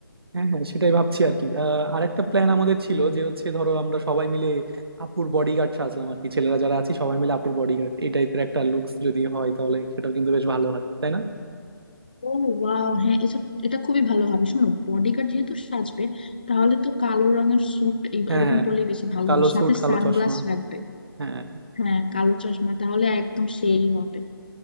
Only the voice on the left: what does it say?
ও ওয়াও হ্যাঁ এটা এটা খুবই ভালো হবে শোনো বডিগার্ড যেহেতু সাজবে তাহলে তো কালো রঙের স্যুট
এরকম
পরলেই বেশি ভালো
হবে সাথে
সানগ্লাস
রাখবে
হ্যাঁ কালো চশমা তাহলে একদম সেই হবে